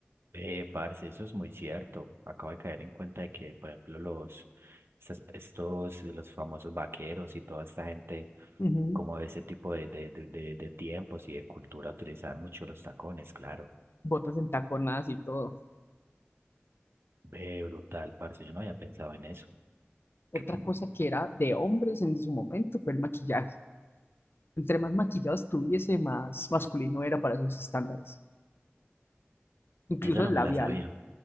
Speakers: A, on the right (about 65°); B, on the left (about 60°).
A: Eh, parce, eso es muy cierto. Acabo de caer en cuenta de que, por ejemplo, los, estas- estos, los famosos vaqueros y toda esta gente,
B: Ujú.
A: como de ese tipo de, de, de, de, de tiempos y de cultura, utilizaban mucho los tacones, claro.
B: Botas entaconadas y todo.
A: Ve, brutal, parce, yo no había pensado en eso.
B: Otra
A: <clears throat>
B: cosa que era de hombres en su momento fue el maquillaje. Entre más maquillado estuviese, más masculino era para esos estándares. Incluso
A: Esa
B: el
A: no me
B: labial
A: la sabía.